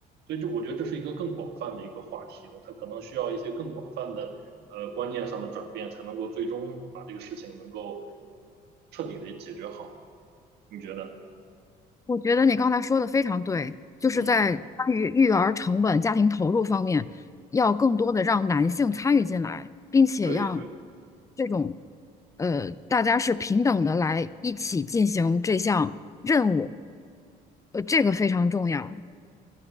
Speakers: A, on the right; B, on the left.
A: 所以这我觉得这是一个更广泛的一个话题了，它可能需要一些更广泛的呃观念上的转变，才能够最终把这个事情能够彻底的解决好。你觉得？
B: 我觉得你刚才说的非常对，就是在关于育儿成本、
A: 嗯，
B: 家庭投入方面，要更多的让男性参与进来，并且让
A: 对对，
B: 这种呃大家是平等的来一起进行这项任务，呃，这个非常重要。